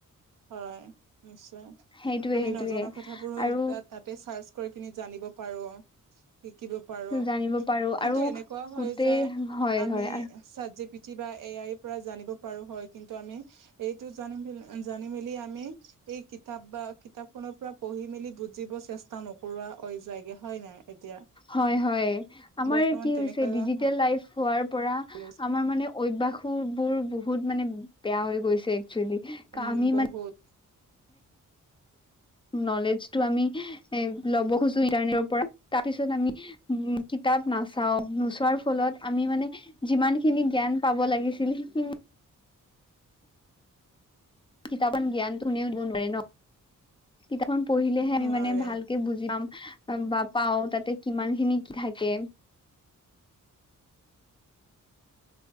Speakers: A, on the right; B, on the left.
A: হয় নিশ্চয়
B: সেইটোৱে
A: আমি
B: সেইটোৱে
A: নজনা কথাবোৰো
B: আৰু
A: তাতে চাৰ্চ কৰি পিনি জানিব পাৰোঁ। শিকিব পাৰো
B: জানিব পাৰো
A: কিন্তু
B: আৰু
A: এনেকুৱা হয়
B: গোটেই
A: যে
B: হয়
A: আমি
B: হয়
A: চাত জি পি টি পিটি বা এআই পৰা জানিব পাৰো হয় কিন্তু আমি এইটো জানি জানি মেলি আমি এই কিতাপ বা কিতাপখনৰ পৰা পঢ়ি মেলি বুজিব চেষ্টা নকৰোৱা হৈ যায় গে হয় নাই এতিয়া
B: হয়-হয় আমাৰ
A: বৰ্তমান
B: কি
A: তেনেকুৱা
B: হৈছে ডিজিটেল
A: হৈ
B: লাইফ হোৱাৰ পৰা
A: গৈছে
B: আমাৰ মানে অভ্যাসবোৰ বহুত মানে বেয়া হৈ গৈছে। একচুৱেলি
A: উম
B: আমি
A: বহুত
B: মানে নলেজটো আমি এ ল'ব খোজো ইন্টাৰনেটৰ পৰা তাৰ পিছত আমি উ কিতাপ নাচাও নোচোৱাৰ ফলত আমি মানে যিমানখিনি জ্ঞান পাব লাগিছিল সেইখিনি কিতাপন জ্ঞান কোনেও দিব নোৱাৰে ন খন পঢ়িলেহে আমি
A: নোৱাৰে
B: মানে ভালকে বুজি পাম বা পাওঁ তাতে কিমান খিনি কি থাকে